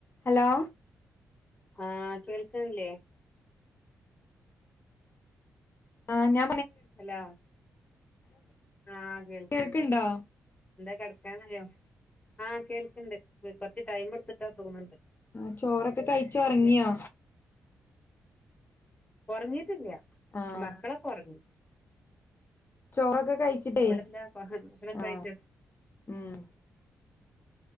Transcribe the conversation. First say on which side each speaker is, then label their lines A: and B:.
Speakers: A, on the left; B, on the left.
A: Hello
B: ആഹ് കേൾക്കണില്ലേ
A: ആഹ് ഞാ
B: ഹലോ ആഹ് കേൾക്കുന്നുണ്ട്
A: കേൾക്കണ്ടോ
B: എന്താ കിടക്കാനായോ ആ കേൾക്കണ്ട് വെ കൊറച്ച് ടൈം എടുത്തിട്ടാ തോന്നണ്ട്
A: ആ ചോറൊക്കെ കഴിച്ച് ഒറങ്ങിയാ
B: കൊറഞ്ഞിട്ടില്ല്യ
A: ആഹ്
B: മക്കളൊക്കൊറങ്ങി
A: ചോറൊക്കെ കഴിച്ചിട്ടേ
B: അവിടെന്താ ഭക്ഷണൊക്കെ കഴിച്ചോ
A: ആഹ് ഉം ഉം